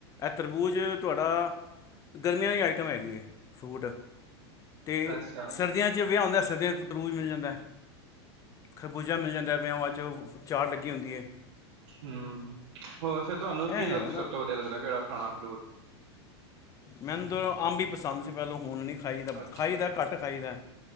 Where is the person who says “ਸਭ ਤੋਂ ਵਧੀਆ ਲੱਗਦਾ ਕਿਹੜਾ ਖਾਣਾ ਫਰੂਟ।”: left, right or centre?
Right